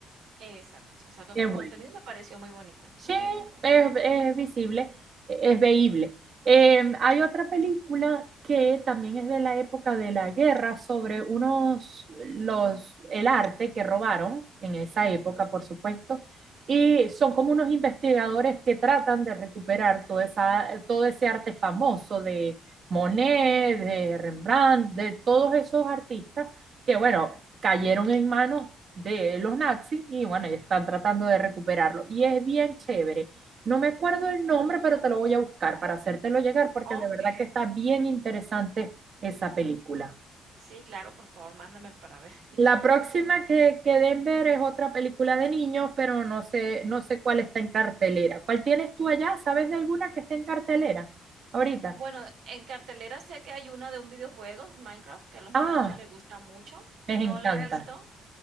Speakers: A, on the right; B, on the right.
A: Exacto, exacto,
B: Qué
A: con
B: bueno.
A: contenido me pareció muy bonita.
B: Sí, es, es visible, e, es veíble. Eh, hay otra película que también es de la época de la guerra sobre unos, los, el arte que robaron en esa época, por supuesto, y son como unos investigadores que tratan de recuperar toda esa, todo ese arte famoso de Monet, de Rembrandt, de todos esos artistas que bueno, cayeron en manos de los nazis y bueno, y están tratando de recuperarlo. Y es bien chévere. No me acuerdo el nombre, pero te lo voy a buscar para hacértelo llegar porque
A: Okey,
B: de verdad que está bien interesante esa película.
A: sí, claro, por favor, mándamelo para ver. <laughs>
B: La próxima que, que den ver es otra película de niños, pero no sé, no sé cuál está en cartelera. ¿Cuál tienes tú allá? ¿Sabes de alguna que esté en cartelera ahorita?
A: Bueno, en cartelera sé que hay una de un videojuego, Minecraft, que a los
B: Ah,
A: muchachos les gusta mucho.
B: me
A: No
B: encanta.
A: la he visto,